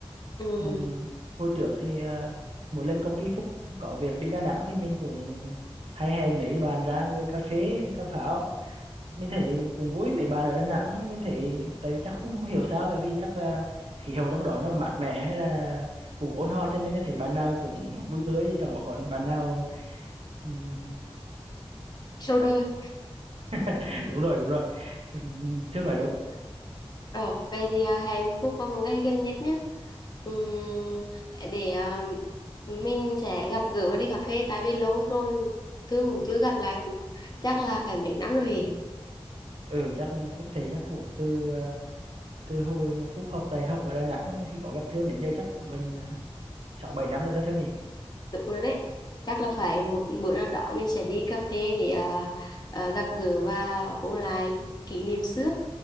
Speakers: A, on the left (about 40°); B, on the right (about 80°).
A: Ừ,
B: Ừm, hồi trước thì à, mỗi lần công ty Phúc có việc đi Đà Nẵng thì mình cũng hay hẹn mấy bạn ra ngồi cà phê cà pháo mình thấy cũng vui mấy bạn ở Đà Nẵng mình thấy tại vì chắc không, không hiểu sao tại vì chắc là khí hậu trong đó nó mát mẻ hay là cũng ôn hòa cho nên là thấy bạn nào cũng vui tươi chẳng có còn bạn nào ừm,
A: sau đây
B: <laughs> đúng rồi đúng rồi <laughs> thương nói đúng
A: Ờ, vậy thì à, hẹn Phúc vào một ngày gần nhất nhé. Ừm, để à, mình sẽ gặp gỡ và đi cà phê tại vì lâu rồi Thương cũng chưa gặp lại Phúc. Chắc là phải mấy năm rồi hề.
B: ừ chắc Phúc thầy chắc cũng từ ờ, từ hồi mà Phúc học đại học ở Đà Nẵng thì có gặp Thương đến giờ chắc cũng gần ờ, sáu bảy năm rồi đó Thương nhỉ
A: Đúng rồi đấy. Chắc là phải một bữa nào đó mình sẽ đi cà phê để à, à, gặp gỡ và ôn lại kỷ niệm xưa.